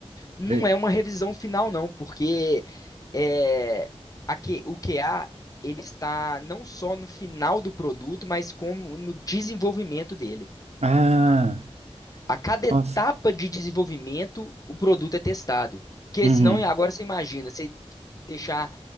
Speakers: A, on the left; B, on the right.
A: Não
B: Por e-
A: é uma revisão final, não, porque é, a Q- o QA ele está não só no final do produto, mas como no desenvolvimento dele.
B: Ah,
A: A cada etapa
B: nossa.
A: de desenvolvimento, o produto é testado. Porque
B: Uhum.
A: senão, agora você imagina, você deixar